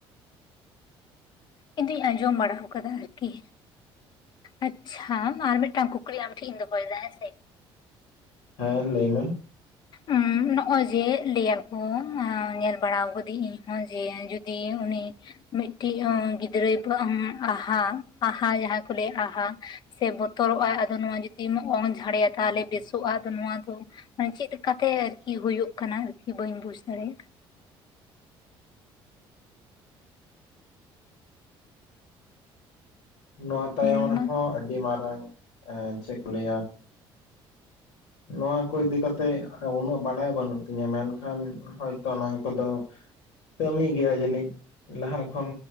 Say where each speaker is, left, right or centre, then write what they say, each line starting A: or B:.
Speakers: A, on the left (about 50°); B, on the left (about 90°).
A: ᱤᱧ ᱫᱩᱧ ᱟᱸᱡᱚᱢ ᱵᱟᱲᱟ ᱟᱠᱟᱫᱟ᱾ ᱟᱨᱠᱤ ᱟᱪᱪᱷᱟ ᱟᱨ ᱢᱤᱫᱴᱟᱝ ᱠᱩᱠᱞᱤ ᱟᱢ ᱴᱷᱮ ᱤᱧ ᱫᱚᱦᱚᱭᱮᱫᱟ ᱦᱮᱸᱥᱮ᱾
B: ᱦᱮᱸ ᱞᱟᱹᱭ ᱢᱮ᱾
A: ᱩ. ᱱᱚᱜ-ᱚᱭ ᱡᱮ ᱞᱟᱹᱭᱟᱠᱚ ᱚᱸ ᱧᱮᱞ ᱵᱟᱲᱟᱳ ᱠᱟᱫᱟᱹᱧ ᱤᱧᱦᱚᱸ ᱡᱮ ᱡᱩᱫᱤ ᱩᱱᱤ ᱢᱤᱫᱴᱤᱡ ᱚᱸ ᱜᱤᱫᱽᱨᱟᱹᱭᱣ ᱯᱚᱦᱚᱢ ᱟᱦᱟ ᱟᱦᱟ ᱡᱟᱦᱟᱸ ᱠᱚ ᱞᱟᱹᱭᱟ ᱟᱦᱟ ᱥᱮ ᱵᱚᱛᱚᱨᱚᱜᱼᱟ ᱟᱫᱚ ᱱᱚᱣᱟ ᱡᱩᱫᱤᱢ ᱚᱝ ᱡᱷᱟᱲᱮᱭᱟ ᱛᱟᱦᱞᱮ ᱵᱮᱥᱚᱜᱼᱟ᱾ ᱟᱫᱚ ᱱᱚᱣᱟ ᱫᱚ ᱢᱟᱱᱮ ᱪᱮᱫ ᱞᱮᱠᱟ ᱛᱮ ᱟᱨᱠᱤ ᱦᱩᱭᱩᱜᱭ ᱠᱟᱱᱟ? ᱟᱨᱠᱤ ᱵᱟᱹᱧ ᱵᱩᱡ ᱫᱟᱲᱮᱭᱟᱜᱟ᱾
B: ᱱᱚᱣᱟ ᱛᱟᱭᱚᱢ
A: ᱢᱮᱱᱢᱟ
B: ᱨᱮᱦᱚᱸ ᱟᱰᱤ ᱢᱟᱨᱟᱝ ᱮᱸ ᱪᱮᱫ ᱠᱚ ᱞᱟᱹᱭᱟ ᱱᱚᱣᱟ ᱠᱚ ᱤᱫᱤ ᱠᱟᱛᱮᱜ ᱩᱱᱟᱹᱜ ᱵᱟᱲᱟᱭ ᱵᱟᱹᱱᱩᱜ ᱛᱤᱧᱟᱹ᱾ ᱢᱮᱱᱠᱷᱟᱱ ᱦᱚᱭᱛᱚ ᱱᱚᱣᱟ ᱠᱚᱫᱚ ᱠᱟᱹᱢᱤ ᱜᱮᱭᱟ ᱡᱟᱹᱱᱤᱡ ᱞᱟᱦᱟ ᱠᱷᱚᱱ